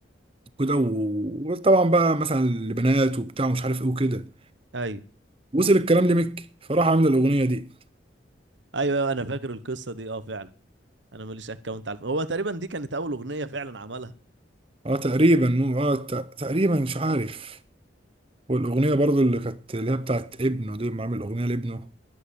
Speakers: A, on the right; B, on the right.
A: كده و- وطبعا بقى مثلا لبنات وبتاع ومش عارف ايه وكده
B: ايوه
A: وصل الكلام لميكي فراح عامل الأغنية دي
B: ايوه أيوة، انا فاكر القصه دي اه فعلا انا ماليش اكونت على هو تقريبا دي كانت اول اغنيه فعلا عملها
A: اه تقريبا مو- اه ت- تقريبا مش عارف والأغنية برضو اللي كانت اللي هي بتاعت ابنه دي ما عامل أغنية لابنه